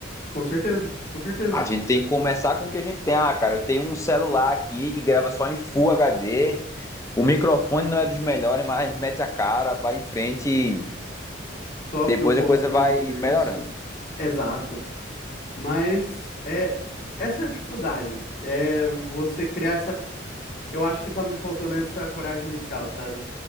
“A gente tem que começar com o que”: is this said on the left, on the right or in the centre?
Left